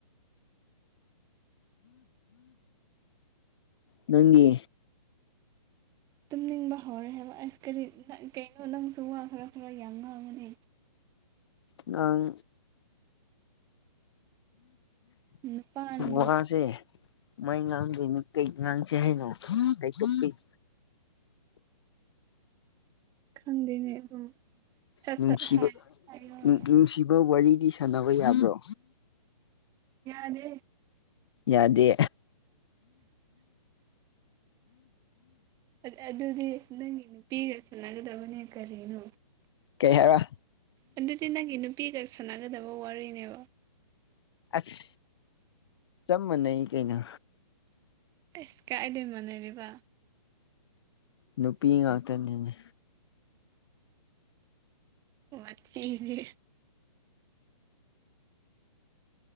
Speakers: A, on the left (about 50°); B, on the right (about 20°).
A: ꯅꯪꯒꯤ
B: ꯇꯨꯝꯅꯤꯡꯕ ꯍꯧꯔꯦ ꯍꯥꯏꯕ ꯑꯥꯏꯁ ꯀꯔꯤ ꯀꯩꯅꯣ ꯅꯪꯁꯨ ꯋꯥ ꯈꯔ ꯈꯔ ꯌꯥꯝ ꯉꯥꯡꯉꯣꯅꯦ
A: ꯉꯥꯡ
B: ꯅꯨꯄꯥꯅꯕꯨ
A: ꯋꯥꯁꯦ ꯀꯃꯥꯢ ꯉꯥꯡꯗꯣꯏꯅꯤ ꯀꯩ ꯉꯥꯡꯁꯦ ꯍꯥꯏꯅꯣ ꯀꯩ ꯇꯣꯄꯤꯛ
B: ꯈꯪꯗꯦꯅꯦ ꯑꯗꯨꯝ ꯁꯠ
A: ꯅꯨꯡꯁꯤꯕ
B: ꯁꯠ ꯍꯥꯏ ꯍꯥꯏꯌꯣ
A: ꯅꯨꯡꯁꯤꯕ ꯋꯥꯔꯤꯗꯤ ꯁꯥꯟꯅꯕ ꯌꯥꯕ꯭ꯔꯣ
B: ꯌꯥꯗꯦ
A: ꯌꯥꯗꯦ
B: ꯑ ꯑꯗꯨꯗꯤ ꯅꯪꯒꯤ ꯄꯤꯒ ꯁꯥꯟꯅꯒꯗꯕꯅꯦ ꯀꯔꯤꯅꯣ
A: ꯀꯩ ꯍꯥꯏꯕ
B: ꯑꯗꯨꯗꯤ ꯅꯪꯒꯤ ꯅꯨꯄꯤꯒ ꯅꯨꯄꯤꯒ ꯁꯥꯟꯅꯒꯗꯕ ꯋꯥꯔꯤꯅꯦꯕ
A: ꯑꯁ ꯆꯥꯞ ꯃꯥꯟꯅꯩ ꯀꯩꯅꯣ
B: ꯑꯦꯁ ꯀꯥꯏꯗꯩ ꯃꯥꯟꯅꯔꯤꯕ
A: ꯅꯨꯄꯤ ꯉꯥꯛꯇꯅꯤꯅꯦ
B: ꯋꯥꯊꯤꯗꯤ